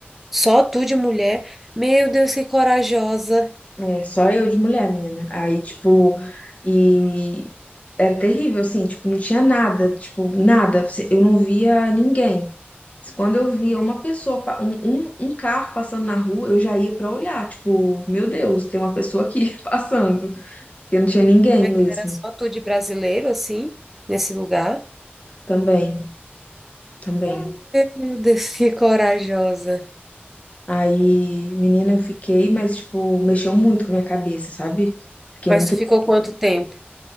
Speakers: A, in the centre; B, on the left.
A: Só tu de mulher? Meu Deus, que corajosa!
B: É, só eu de mulher, menina. Aí, tipo, e era terrível, assim, tipo, não tinha nada, tipo, nada. Eu não via ninguém. Quando eu via
A: Meu,
B: uma pessoa, pa- um, um, um carro passando na rua, eu já ia pra olhar, tipo, meu Deus, tem uma pessoa aqui <laughs> passando. Porque não tinha ninguém
A: Mas
B: mesmo.
A: era só tu de brasileiro, assim, nesse lugar?
B: Também, também.
A: Meu Deus, que corajosa!
B: Aí, menina, eu fiquei, mas, tipo, mexeu muito com a minha cabeça, sabe? Fiquei
A: Mas
B: muito.
A: tu ficou quanto tempo?